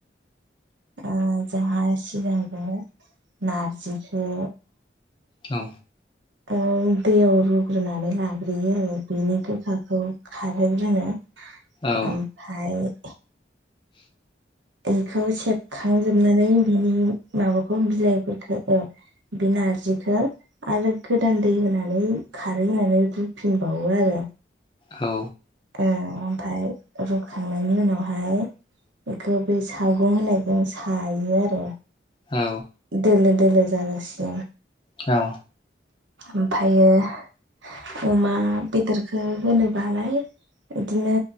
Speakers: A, on the right; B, on the left.
A: ओ जोंहा सिगांबो नारजिखौ
B: औ
A: ओ दैयाव रुग्रोनानै लाग्रोयो आरो बिनि गोखाखौ खारहोग्रोनो
B: औ
A: ओमफ्र बेखौ सेबखांजोबनानै बिनि माबाखौ बिलाइफोरखौ ओ बे नारजिखौ आरो गोदान दै होनानै खारै होनानै रुफिनबावो आरो
B: औ
A: ओ ओमफ्राय रुखांनायनि उनावहाय बेखौ बे सागं होननायजों सायो आरो
B: औ
A: दोलो दोलो जाजासिम
B: औ
A: ओमफायोअमा बेदरखौ होनोबालाय बिदिनो